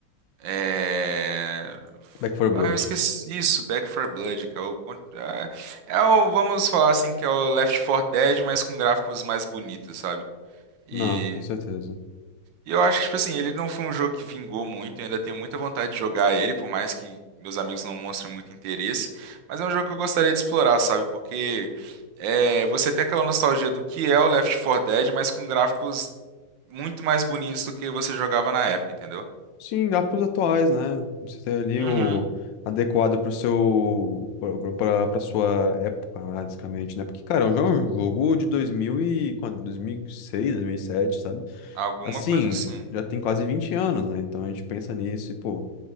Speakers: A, on the right; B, on the left.
A: É...
B: Back 4 Blood.
A: Ah, eu esqueci isso, Back for Blood, que é o... con- ah, é o... Vamos falar assim que é o Left 4 Dead, mas com gráficos mais bonitos, sabe? E...
B: Não, com certeza.
A: e eu acho que, tipo assim, ele não foi um jogo que vingou muito, eu ainda tenho muita vontade de jogar ele, por mais que meus amigos não mostrem muito interesse, mas é um jogo que eu gostaria de explorar, sabe? Porque é... você tem aquela nostalgia do que é o Left 4 Dead, mas com gráficos muito mais bonitos do que você jogava na época, entendeu?
B: Sim, gráficos atuais, né? Você tem ali
A: Uhum.
B: o adequado pro seu pra, pra, pra sua época, né, basicamente, né? Porque, cara, é um jogo um jogo de 2000 e quanto? 2006, 2007, sabe?
A: Alguma
B: Assim,
A: coisa assim.
B: já tem quase 20 anos, né? Então a gente pensa nisso e, pô,